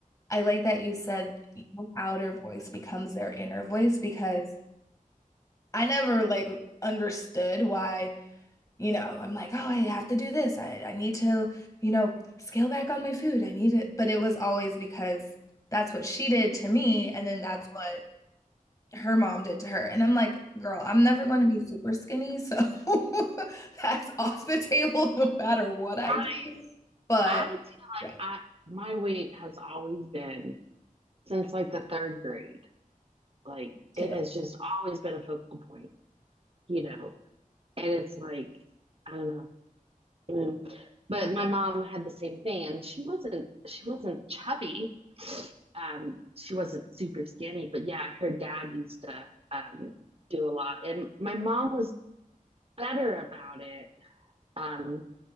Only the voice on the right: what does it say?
I,
I feel like
I, my weight has always been since like the third grade. Like
it has just always been a focal point, you know. And it's like I don't know. Mm. But my mom had the same thing, and she wasn't she wasn't chubby. Um, she wasn't super skinny, but yeah, her dad used to um, do a lot, and my mom was better about it. Um,